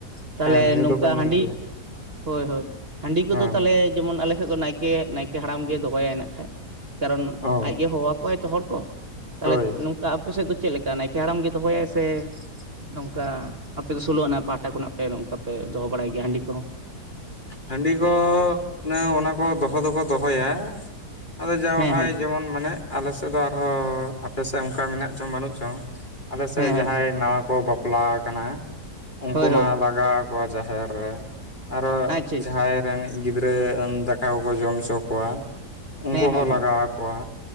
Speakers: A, on the right; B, on the left.
A: ᱛᱟᱞᱮ
B: ᱦᱮᱸ ᱧᱩ
A: ᱱᱚᱝᱠᱟ
B: ᱫᱚᱠᱚ ᱧᱩᱭ
A: ᱦᱟᱺᱰᱤ
B: ᱜᱮᱭᱟ
A: ᱦᱳᱭ ᱦᱳᱭ ᱦᱟᱺᱰᱤ ᱠᱚᱫᱚ
B: ᱦᱮᱸ
A: ᱛᱟᱞᱮᱭᱟ ᱡᱮᱢᱚᱱ ᱟᱞᱮ ᱥᱮᱫ ᱫᱚ ᱱᱟᱭᱠᱮ ᱱᱟᱭᱠᱮ ᱦᱟᱲᱟᱢ ᱜᱮ ᱫᱚᱦᱚᱟᱭ ᱱᱟᱜ ᱠᱷᱟᱱᱡ ᱾ ᱠᱟᱨᱚᱱ
B: ᱚ
A: ᱟᱡᱜᱮ ᱦᱚᱦᱚ ᱠᱚᱣᱟᱭ ᱛᱚ ᱦᱚᱲ ᱠᱚ ᱛᱟᱞᱮᱫ
B: ᱦᱳᱭ
A: ᱱᱚᱝᱠᱟ ᱟᱯᱮᱥᱮᱫ ᱫᱚ ᱪᱮᱫ ᱞᱮᱠᱟ ᱱᱟᱭᱠᱮ ᱦᱟᱲᱟᱢ ᱜᱮ ᱫᱚᱦᱚᱭᱟᱭ ᱥᱮ ᱱᱚᱝᱠᱟ ᱟᱯᱮ ᱫᱚ ᱥᱳᱞᱳ ᱟᱱᱟ? ᱯᱟᱦᱴᱟ ᱠᱷᱚᱱᱟᱜ ᱯᱮ ᱱᱚᱝᱠᱟ ᱯᱮ ᱫᱚᱦᱚ ᱵᱟᱲᱟᱭ ᱜᱮᱭᱟ ᱦᱟᱺᱰᱤ ᱠᱚᱦᱚᱸ?
B: ᱦᱟᱺᱰᱤ ᱠᱚ ᱚᱱᱮ ᱚᱱᱟ ᱠᱚ ᱫᱚᱦᱚ ᱫᱚᱠᱚ ᱫᱚᱦᱚᱭᱟ ᱾ ᱟᱫᱚ ᱡᱟᱣᱦᱟᱭ
A: ᱦᱮᱸ ᱦᱮᱸ
B: ᱡᱮᱢᱚᱱ ᱢᱟᱱᱮ ᱟᱞᱮ ᱥᱮᱫ ᱫᱚ ᱟᱨᱦᱚᱸ ᱟᱯᱮ ᱥᱮᱜ ᱚᱱᱠᱟ ᱢᱮᱱᱟᱜ ᱪᱚᱝ ᱵᱟᱹᱱᱩᱜ ᱪᱚᱝ ᱾ ᱟᱞᱮᱥᱮᱜ
A: ᱦᱮᱸ
B: ᱡᱟᱦᱟᱸᱭ
A: ᱦᱮᱸ
B: ᱱᱟᱣᱟ ᱠᱚ ᱵᱟᱯᱞᱟ ᱠᱟᱱᱟ ᱩᱱᱠᱩ
A: ᱦᱳᱭ
B: ᱢᱟ
A: ᱦᱳᱭ
B: ᱞᱟᱜ ᱜᱟᱣ ᱠᱚᱣᱟ ᱡᱟᱦᱮᱨ ᱨᱮ ᱟᱨᱚ
A: <unintelligible>
B: <unintelligible> ᱨᱟᱱᱤᱡ ᱜᱤᱫᱽᱨᱟᱹ <unintelligible> ᱫᱟᱠᱟ ᱵᱟᱠᱚ ᱡᱚᱢ ᱪᱚ ᱠᱚᱣᱟ᱾ ᱩᱝᱠᱩ
A: ᱦᱮᱸ
B: ᱦᱚᱸ
A: ᱦᱮᱸ
B: ᱞᱟᱜᱟᱣ
A: ᱦᱮᱸ
B: ᱟᱠᱚᱣᱟ